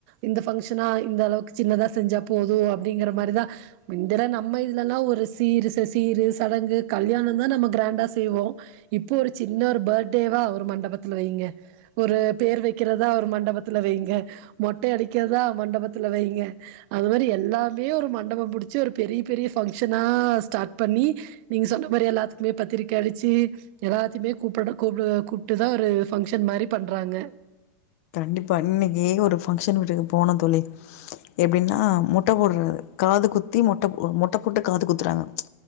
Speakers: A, on the right; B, on the left.
A: இந்த ஃபங்க்ஷனா இந்த அளவுக்கு சின்னதா செஞ்சா போது அப்டிங்கற மாரிதா முந்தலா நம் நம்ம இதுலல்லா ஒரு சீருச சீரு சடங்கு கல்யாணந்தா நம்ம கிராண்டா செய்வோ. இப்போ ஒரு சின்ன ஒரு பர்த்டேவா, ஒரு மண்டபத்துல வைங்க. ஒரு பேர் வைக்கிறதா ஒரு மண்டபத்துல வைங்க. மொட்டை அடிக்கிறதா, மண்டபத்துல வைங்க. அது மாரி எல்லாமே ஒரு மண்டபம் புடிச்சு ஒரு பெரிய பெரிய ஃபங்க்ஷனா ஸ்டார்ட் பண்ணி நீங்க் சொன்ன மாரி எல்லாத்துக்குமே பத்திரிக்க அடிச்சு எல்லாத்தியுமே கூப்ட கூப்ட கூப்பிட்டுதா ஒரு ஃபங்க்ஷன் மாரி பண்றாங்க.
B: கண்டிப்பா இன்னைக்கு ஒரு ஃபங்க்ஷன் வீட்டுக்கு போனோ தோழி எப்டின்னா மொட்ட போடுறது காது குத்தி மொட்ட மொட்ட போட்டு காது குத்துறாங்க ம்ச்